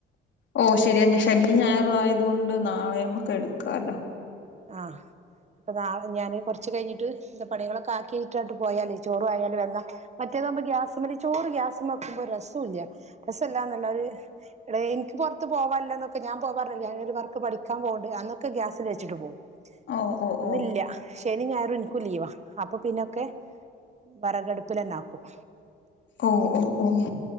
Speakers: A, on the left; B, on the right.
A: ഓ ശരി ശനി ഞായറും ആയതു കൊണ്ട് നാളെയമ്മൊക്കെ എടുക്കാലോ
B: ആഹ് ഇപ്പൊ നാളെ ഞാൻ കുറച്ചു കഴിഞ്ഞട്ട് പണികളൊക്കെ ആക്കിയിട്ട് അണ്ട് പോയാലേ ചോറും ആയാലും വെന്ന മറ്റേതാവുമ്പോ ഗ്യാസുമ്മൽ ചോറ് ഗ്യാസും വെക്കുമ്പോ രസം ഇല്ല രസല്ലാന്നല്ല, ഒരു എനിക്ക് പുറത്ത് പോവാല്ലന്നൊക്കെ ഞാൻ പോ പറഞ്ഞിലെ, ഞാൻ ഒരു വർക്ക് പഠിക്കാൻ പോകണ്ട് അന്നൊക്കെ ഗ്യാസിൽ വച്ചിട്ട് പോകും
A: ഓ ഓ
B: ഇന്നില്ല
A: ഓ
B: ശനി ഞായറും ഇനിക്കും ലീവാ അപ്പൊ പിന്നൊക്കെ വറകടുപ്പിൽ തന്നെ ആക്കും
A: ഓഹ് ഓഹ് ഓഹ്